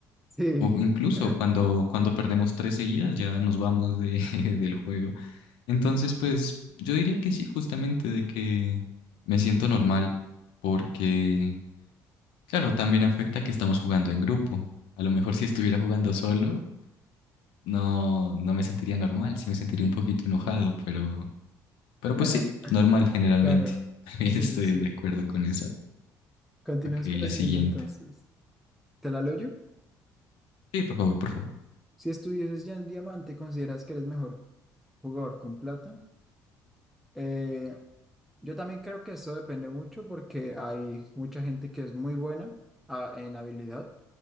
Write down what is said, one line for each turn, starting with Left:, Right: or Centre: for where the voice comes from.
Centre: Sí,
Left: O incluso
Centre: <laughs>
Left: cuando, cuando perdemos tres seguidas ya nos vamos de, <laughs> del juego. Entonces, pues yo diría que sí, justamente de que me siento normal, porque, claro, también afecta que estamos jugando en grupo. A lo mejor si estuviera jugando solo, no, no me sentiría normal, sí me sentiría un poquito enojado, pero, pero
Centre: Ujú.
Left: pues sí, normal generalmente.
Centre: claro,
Left: <laughs> También
Centre: sí,
Left: estoy
Centre: sí, sí.
Left: de acuerdo con eso.
Centre: Continuamos
Left: Ok,
Centre: con
Left: la
Centre: la siguiente
Left: siguiente.
Centre: entonces. ¿Te la leo
Left: Sí,
Centre: yo?
Left: Sí, por favor, por favor.
Centre: Si estuvieses ya en diamante, ¿consideras que eres mejor jugador con plata? Eh, yo también creo que eso depende mucho porque hay mucha gente que es muy buena ah, en habilidad